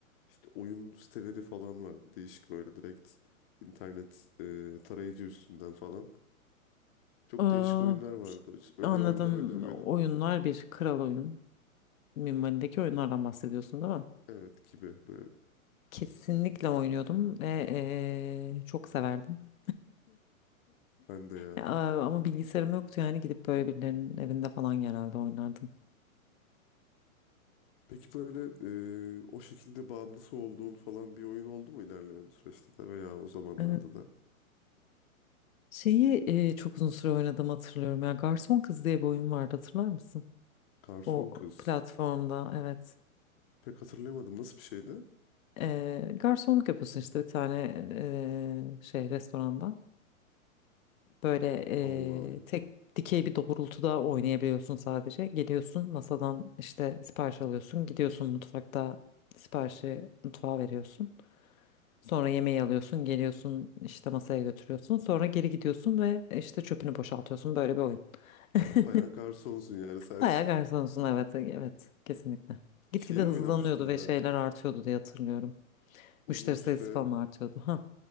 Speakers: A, on the left; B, on the left.
A: İşte oyun siteleri falan var. Değişik böyle direkt internet e, tarayıcı üstünden falan. Çok
B: Aa,
A: değişik oyunlar vardı. Hiç Öyle
B: anladım.
A: oyunlar oynuyor muydun?
B: Oyunlar bir kral oyun. Minvalindeki oyunlardan bahsediyorsun değil mi?
A: Evet gibi böyle.
B: Kesinlikle oynuyordum ve e, çok severdim.
A: Ben de ya.
B: Ya, ama bilgisayarım yoktu yani gidip böyle birilerinin evinde falan genelde oynardım.
A: Peki böyle e, o şekilde bağımlısı olduğun falan bir oyun oldu mu ilerleyen süreçte de veya o zamanlarda
B: Evet.
A: da?
B: Şeyi e, çok uzun süre oynadım hatırlıyorum ya. Garson Kız diye bir oyun vardı hatırlar mısın?
A: Garson
B: O
A: Kız.
B: platformda evet.
A: Pek hatırlayamadım. Nasıl bir şeydi?
B: E, garsonluk yapıyorsun işte bir tane e, şey restoranda. Böyle
A: Allah Allah.
B: e, tek dikey bir doğrultuda oynayabiliyorsun sadece. Geliyorsun masadan işte sipariş alıyorsun. Gidiyorsun mutfakta siparişi mutfağa veriyorsun. Sonra yemeği alıyorsun. Geliyorsun işte masaya götürüyorsun. Sonra geri gidiyorsun ve işte çöpünü boşaltıyorsun. Böyle bir oyun. <laughs>
A: Bayağı garsonsun yani sen.
B: Bayağı
A: <laughs>
B: garsonsun evet evet kesinlikle. Gitgide
A: Şeyi
B: hızlanıyordu
A: oynamıştım
B: ve
A: ben.
B: şeyler artıyordu diye hatırlıyorum.
A: Uzun
B: Müşteri sayısı
A: süre
B: falan artıyordu. Ha.